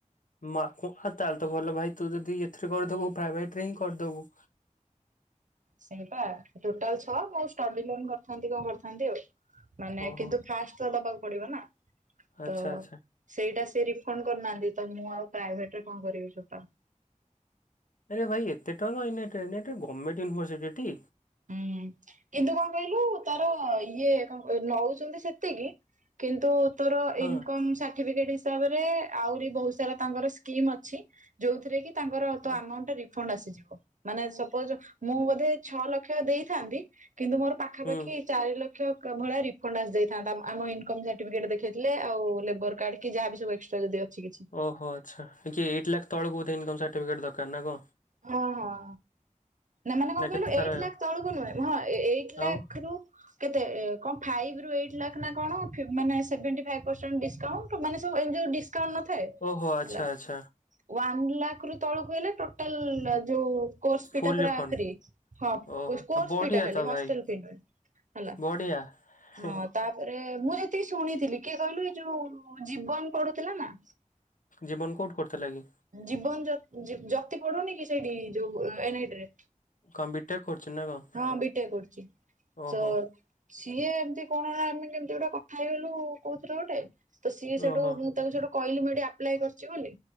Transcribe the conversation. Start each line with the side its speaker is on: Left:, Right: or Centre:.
Left: ମା କୁ ତାହେଲେ ତା ଭଲ ଭାଇ ତୁ ଯଦି ଏଥିରେ କରିଦବୁ ପ୍ରାଇଭେଟ ରେ ହିଁ କରିଦବୁ।
Right: ସେଇ ପା ଟୋଟାଲ ଛଅ ମୁ ଷ୍ଟଡି ଲୋନ କରିଥାନ୍ତି କଣ କରିଥାନ୍ତି ଆଉ ମାନେ
Left: ଓହୋ
Right: କିନ୍ତୁ ଫାଷ୍ଟ ଦବାକୁ ପଡିବ ନା
Left: ଆଚ୍ଛା
Right: ତ
Left: ଆଚ୍ଛା
Right: ସେଇଟା ସେ ରିଫଣ୍ଡ କରିନାହାନ୍ତି ତ ମୁଁ ଆଉ ପ୍ରାଇଭେଟ ରେ କଣ କରିବି, ଚୋପା।
Left: ନ ଭାଇ ଏତେ ଟଙ୍କା <unintelligible> ଏ ଏ ଗମେଣ୍ଟ୍ ୟୁନଭର୍ସିଟି।
Right: ହୁଁ କିନ୍ତୁ କଣ କହିଲୁ ତାର ଇଏ କଣ ନଉଛନ୍ତି ସେତିକି କିନ୍ତୁ ତୋର
Left: ହଁ
Right: ଇନକମ୍ ସାର୍ଟିଫିକେଟ ହିସାବ ରେ ଆହୁରି ବୋହୁତ ସାରା ତାଙ୍କର ସ୍କିମ ଅଛି। ଯୋଉଥିରେ କି ତାଙ୍କର ତ
Left: ଓ
Right: ଆମାଣ୍ଟ ରିଫଣ୍ଡ ଆସିଯିବ, ମାନେ ସପୋଜ ମୁଁ ବୋଧେ ଛ ଲକ୍ଷ। ଦେଇଥାନ୍ତି କିନ୍ତୁ ମୋର ପାଖାପାଖି
Left: ହୁଁ
Right: ଚାରି ଲକ୍ଷ ଭଳିଆ ରିଫଣ୍ଡ ଆସି ଦେଇଥାନ୍ତା, ଆମ ଇନକ ସାର୍ଟିଫିକେଟ ଦେଖେଇଥିଲେ ଆଉ ଲେବର କଢ଼ିକି କି ଯାହା ବି ସବୁ ଏକ୍ସ୍ରା ଯଦି ଅଛି କିଛି
Left: ଓହୋ ଆଚ୍ଛା ଏଇଟି ଲାଖ ତଳକୁ ବୋଧେଇକମ୍ ସାର୍ଟିଫିକେଟ୍ ଦରକାର ନା କଣ?
Right: ହଁ ହଁ। ନା ମାନେ କଣ କହିଲୁ
Left: କେତେ ତାର
Right: ଏଇଟ୍ ଲାଖ ତଳକୁ ନୁହେଁ ହଁ ଏଇଟ ଲାଖ
Left: ଆଉ
Right: ରୁ କେତେ କଣ ଫାଇଭ ରୁ ଏଇଟି ଲାଖ୍ ନା କଣ ମାନେ fee seventy five percent discount ମାନେ ସବୁ ଏମିତି ଡିସକାଉଣ୍ଟ ନଥାଏ
Left: ଓହୋ ଆଚ୍ଛା
Right: ହେଲା
Left: ଆଚ୍ଛା
Right: ୱାନ ଲାଖ ରୁ ତଳକୁ ହେଲେ ହୋଟେଲ୍ ଯୋଉ କୋର୍ସ ଫି
Left: ଫୁଲ
Right: ଟା ପୁରା
Left: ରିଫଣ୍ଡ
Right: ଫ୍ରି କୋର୍ସ
Left: ଓହୋ ଆ ବଢିଆ
Right: ଫି ଟା ଖାଲି
Left: ତ
Right: ହଷ୍ଟେଲ
Left: ଭାଇ
Right: ଫି ନୁହେଁ। ହେଲା।
Left: ବଢିଆ। ହେଁ
Right: ହଁ
Left: ହେଁ
Right: ତାପରେ ମୁଁ ଯେତିକି ଶୁଣିଥିଲି କିଏ କହିଲୁ ଏଇ ଯୋଉ ଜୀବନ ପଡୁଥିଲା ନା।
Left: ଜୀବନ କୋଉଠି ପଢୁଥିଲା କି?
Right: ଜୀବନ ଜ-ଜ ଜ-ଜତି ପଡୁନି କି ସେଇଠି ଯୋଉ ଏନ‌ଇଟି ରେ
Left: କଣ ବିଟେକ୍ କରଚି ନା କଣ?
Right: ହଁ ବିଟେକ୍ କରୁଚି।
Left: ଓହୋ
Right: ସ ସିଏ ଏମିତି କଣ ଆମେ କେମିତି ଗୋଟେ କଥା ହେଇଗଲୁ କୋଉଥିରେ ଗୋଟେ ତ ସିଏ ସେଇଠୁ
Left: ଓହୋ
Right: ମୁଁ ତାକୁ ସେଟୁ କହିଲି ମୁଁ ଏଠି ଆପ୍ଲା କରିଚି ବୋଲି